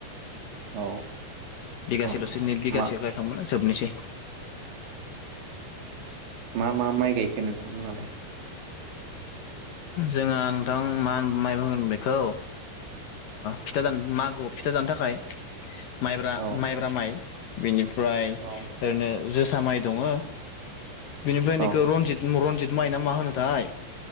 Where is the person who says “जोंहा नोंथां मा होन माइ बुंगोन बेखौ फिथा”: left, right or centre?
Left